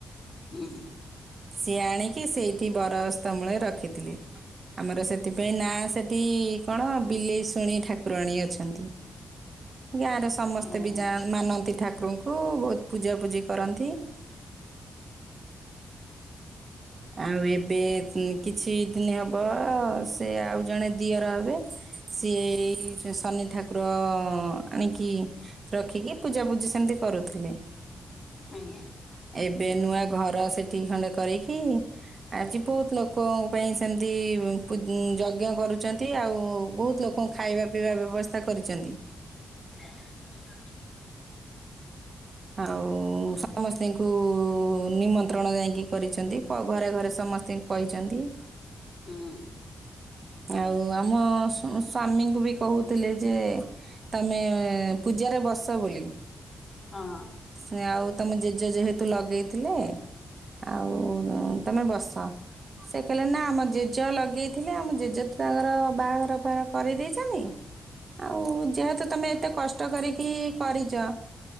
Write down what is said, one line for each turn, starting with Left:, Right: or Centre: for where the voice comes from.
Left: ଉଁ
Right: ସିଏ ଆଣିକି ସେଇଠି ବର ଅସ୍ତ ମୂଳେ ରଖିଥିଲେ ଆମର ସେ ସେଥିପାଇଁ ନାଁ ସେଠି କଣ ବିଲେଇ ଶୁଣି ଠାକୁ ରାଣୀ ଅଛନ୍ତି ଗାଁରେ ସମସ୍ତେ
Left: ଓହୋ
Right: ବି ଯାଆ ମାନନ୍ତି ଠାକୁରଙ୍କୁ। କୁ ବହୁତ ପୂଜାପୂଜି କରନ୍ତି। ଆଉ ଏବେ କିଛି ଦିନ ହବ ସେ ଆଉ ଜଣେ ଦିଅର ହେବେ ସିଏ ଏଇ ଯ ଶନି ଠାକୁର ଆଣିକି ରଖିକି ପୂଜା ପୂଜି ସେମିତି କରୁଥିଲେ।
Left: ଆଜ୍ଞା।
Right: ଏବେ ନୂଆ ଘର ସେଠି ଖଣ୍ଡେ କରିକି ଆଜି ବହୁତ ଲୋକଙ୍କ ପାଇଁ ସେମିତି ପୂ ଯଜ୍ଞ କରୁଚନ୍ତି ଆଉ ବହୁତ ଲୋକଙ୍କୁ ଖାଇବା ପିଇବା ବ୍ୟବସ୍ଥା କରିଚନ୍ତି।
Left: ହଁ।
Right: ଆଉ ସମସ୍ତିଙ୍କୁ ନିମନ୍ତ୍ରଣ ଯାଇଁକି କରିଚନ୍ତି ଘରେ ଘରେ ସମସ୍ତେ କହିଚନ୍ତି।
Left: ହୁଁ
Right: ଆଉ ଆଉ ମୋ ସୁ ସ୍ୱାମୀଙ୍କୁ ବି କହୁଥିଲେ ଯେ ତମେ ପୂଜାରେ ବସ ବୋଲି।
Left: ହଁ।
Right: ସେ ଆଉ ତମ ଜେଜ ଯେହେତୁ ଲଗେଇଥିଲେ ଆଉ ତମେ ବସ। ସେ କହିଲେ ନା ଆମ ଜେଜ ଲଗେଇଥିଲେ ଆମ ଜେଜେ ତ ତାଙ୍କର ବାହାଘର ଫା କରେଇ ଦେଇଚନି। ଆଉ ଯେହେତୁ ତମେ ଏତେ କଷ୍ଟ କରିକି କରିଚ।